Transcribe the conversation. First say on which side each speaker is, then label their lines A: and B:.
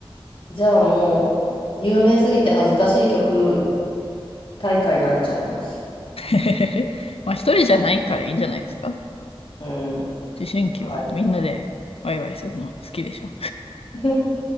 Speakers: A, on the left; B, on the left.
A: じゃあもう、有名すぎて恥ずかしい曲大会になっちゃいます。
B: <laughs> まあ、一人じゃないからいいんじゃないですか
A: うん。
B: 思春期はみんなでワイワイするの好きでしょ。
A: はい。<laughs>